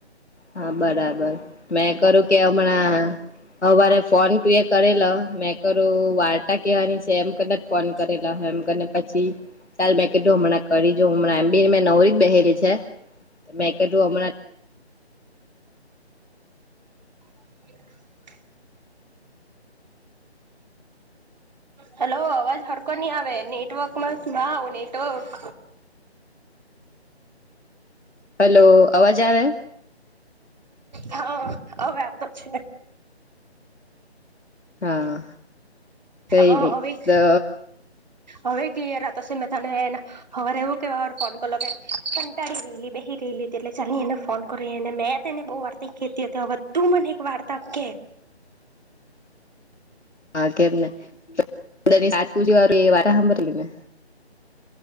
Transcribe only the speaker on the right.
<unintelligible> હેલો અવાજ હડકો નની આવે. નેટવર્કમાં મા <unintelligible> આવું નેટવર્ક.
હા હ હવે આવતો છે.
હા
હવે
હવે ક્લિયર હતા તશે મે તને એ. હવાર એવું કેવાર ફોન કરલો તે કંટાળી ગે લી બે. રલી હતી એટલે ચાલ ની એને ફોન કરને મેં અતે ને બહુ વાર્તા કેતી હતી બધું મને એક વાર્તા કે.